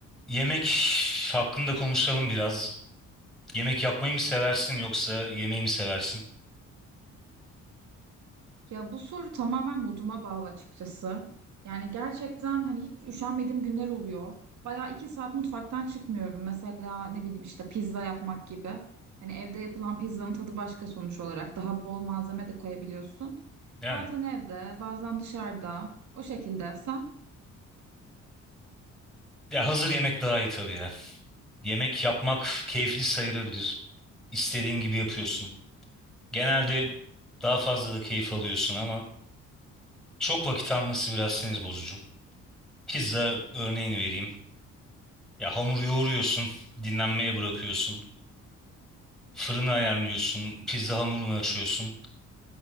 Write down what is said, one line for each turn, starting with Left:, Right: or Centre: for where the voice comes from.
Centre: Yemek hakkında konuşalım biraz. Yemek yapmayı mı seversin yoksa yemeği mi seversin?
Right: Ya bu soru tamamen moduma bağlı açıkçası. Yani gerçekten hani hiç üşenmediğim günler oluyor. Bayağı iki saat mutfaktan çıkmıyorum. Mesela ne bileyim işte pizza yapmak gibi. Hani evde yapılan pizzanın tadı başka sonuç olarak. Daha bol malzeme de koyabiliyorsun.
Centre: Yani
Right: Bazen evde, bazen dışarıda. O şekilde sen?
Centre: ya hazır yemek daha iyi tabii ya. Yemek yapmak keyifli sayılabilir. İstediğin gibi yapıyorsun. Genelde daha fazla da keyif alıyorsun ama çok vakit alması biraz sinir bozucu. Pizza örneğini vereyim. Ya hamur yoğuruyorsun, dinlenmeye bırakıyorsun. Fırını ayarlıyorsun, pizza hamurunu açıyorsun.